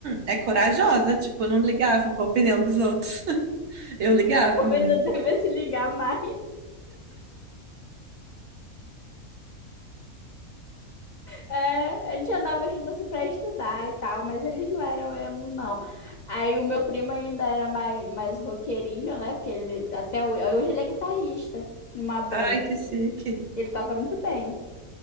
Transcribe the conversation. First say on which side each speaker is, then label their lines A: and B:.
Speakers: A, on the right; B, on the left.
A: é corajosa, tipo, não ligava pra opinião dos outros. <laughs> Eu ligava
B: <laughs> Talvez
A: muito.
B: eu devesse ligar mais. É, a gente andava junto assim pra estudar e tal, mas eles não eram emo, não. Aí o meu primo ainda era mais, mais roqueirinho, né? Porque ele até hoje, hoje ele é guitarrista numa banda
A: Ai,
B: aqui
A: que chique.
B: ele toca muito bem.